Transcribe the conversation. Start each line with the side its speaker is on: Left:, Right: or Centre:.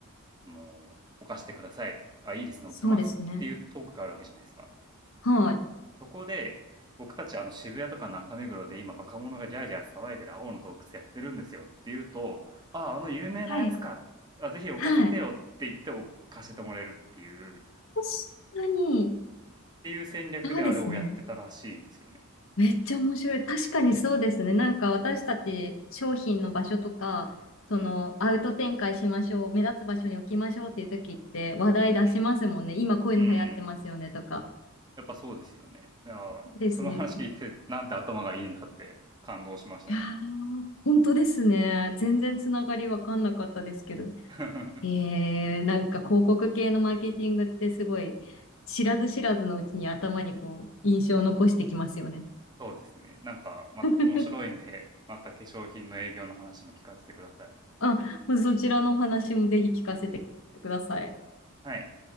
Right: あの、犯してください。あ、いいですね、
Left: そうですね。
Right: 置きますっていうトークがあるわけじゃないですか。
Left: はい。あ
Right: そこで、僕たちあの渋谷とか中目黒で今若者がギャーギャー騒いでる青の洞窟やってるんですよっていうと、ああ、あの有名なやつか。
Left: あ、はい。
Right: あ、ぜひ置かせてよって言って置かせてもらえるっていう、
Left: はい。
Right: っ
Left: 確かに、
Right: ていう戦略であれをやってたらしいんですよね。
Left: そうですね。めっちゃ面白い。確かにそうですね。なんか私たち商品の場所とか、そのアウト展開しましょう、
Right: うん。
Left: 目立つ場所に置きましょうっていう時って話題出しますもんね。
Right: うん
Left: 今こういうの流行ってますよねとか。
Right: うん。うんうん。やっぱそうですよね。ああ、
Left: そうですね。
Right: その話聞いて、なんて頭がいいんだって感動しましたね。
Left: いやー、本当ですね。全然つながりわかんなかったですけど。
Right: うん。<laughs>
Left: えー、なんか広告系のマーケティングってすごい知らず知らずのうちに頭にこう印象を残してきますよね。
Right: そうですね。なんか、ま、
Left: <laughs>
Right: 面白いんで、また化粧品の営業の話も聞かせてください。
Left: あ、そちらのお話もぜひ聞かせてください。
Right: はい。